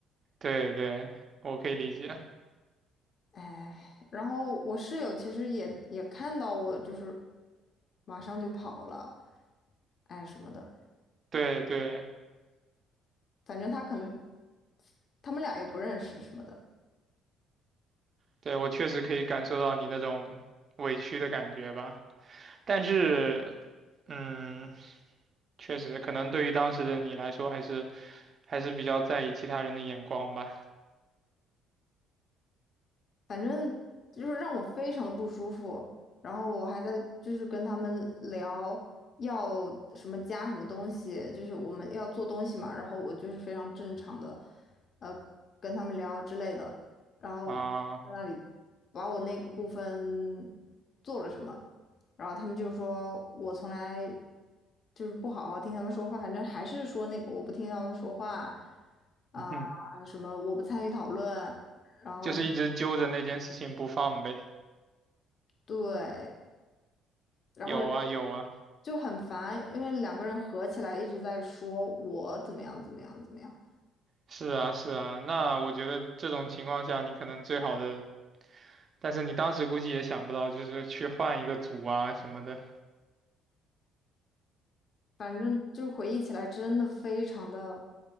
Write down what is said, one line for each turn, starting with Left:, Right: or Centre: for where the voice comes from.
Right: 对对，我可以理解，
Left: 哎，然后我室友其实也也看到我，就是马上就跑了，哎什么的，
Right: 对对
Left: 反正他可能他们俩也不认识什么的。
Right: 对，我确实可以感受到你那种委屈的感觉吧。但是，嗯，确实可能对于当时的你来说，还是还是比较在意其他人的眼光吧。
Left: 反正就是让我非常的不舒服。然后我还在就是跟他们聊要什么加什么东西，就是我们要做东西嘛。然后我就是非常正常的，呃，跟他们聊之类的。然后在
Right: 啊，
Left: 那里把我那个部分做了什么，然后他们就说我从来就是不好好听他们说话，反正还是说那个我不听他们说话啊，
Right: <laughs> 嗯哼，
Left: 什么我不参与讨论，然后什么
Right: 就是一直揪着那件事情不放呗。
Left: 对，然后
Right: 有啊有啊，
Left: 就很烦，因为两个人合起来一直在说我怎么样怎么样怎么样，
Right: 是啊是啊。那我觉得这种情况下，你可能最好的。但是你当时估计也想不到，就是去换一个组啊什么的。
Left: 反正就是回忆起来真的非常的